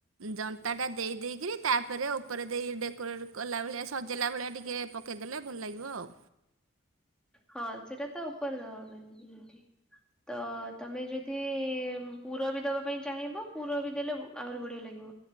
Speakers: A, on the right (about 80°); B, in the centre.
A: ଜନ୍ତା ଟା ଦେଇ ଦେଇକିରି ତାପରେ ଉପରେ ଦେଇ ଡେକୋରେଟ କଲା ଭଳିଆ ସଜେଇଲା ଭଳିଆ ଟିକେ ପକେଇଦେଲେ ଭଲ ଲାଗିବ ଆଉ।
B: ହଁ ସେଇଟା ତ ଉପରେ ଦବା କେମିତି ଏମତି ତ ତମେ ଯଦି ପୁର ବି ଦବା ପାଇଁ ଚାହିଁବ ପୁର ବି ଦେଲେ ଆହୁରି ବଢିଆ ଲାଗିବ।